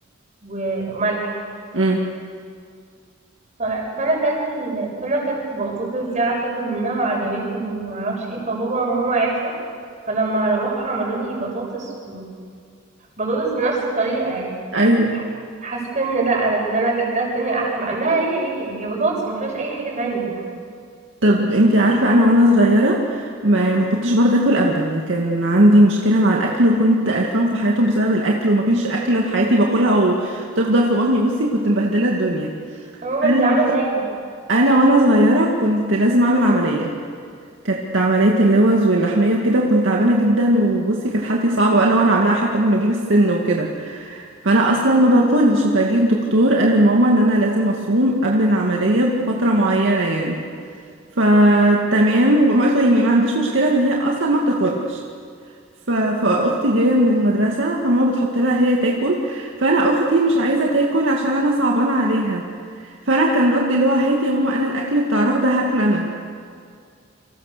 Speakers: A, on the right; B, on the right.
A: وملح
B: امم
A: ف- فانا اكلت ال... فانا اكلت البطاطس دي قعدت اكل منها وعجبتني وما اعرفش ايه فبابا وماما عرفوا فلما روحوا عملوا لي بطاطس وبطاطس بنفس الطريقه يعني
B: ايوه
A: ح- حسيت ان لا أنا اللي انا اكلتها التانية احلى مع انها هي هي هي بطاطس ما فيهاش اي حاجه تانية
B: طب انتي عارفه انا وانا صغيره ما ما كنتش برضه اكل ابدا يعني كان عندي مشكله مع الاكل وكنت قرفان في حياتهم بسبب الاكل ومفيش اكله في حياتي باكلها وتفضل في بطني بصي كنت مبهدله الدنيا
A: آه، ماما
B: انا
A: انت عامله زيي
B: انا وانا صغيره كنت لازم اعمل عمليه كانت عمليه اللوز واللحميه وكده وكنت تعبانه جدا وبصي كانت حالتي صعبه بقى لو انا عاملاها حتى قبل ما اجيب السن وكده فانا اصلا ما باكلش فجيت الدكتور قال لماما ان انا لازم اصوم قبل العمليه بفتره معينه يعني فتمام وما قلت له يعني ما عنديش مشكله ان هي اصلا ما بتاكلش ف... فاختي جايه من المدرسه فماما بتحط لها هي تاكل فانا اختي مش عايزه تاكل عشان انا صعبانه عليها فانا كان ردي اللي هو هاتي يا ماما انا الاكل بتاع رغده هاكله انا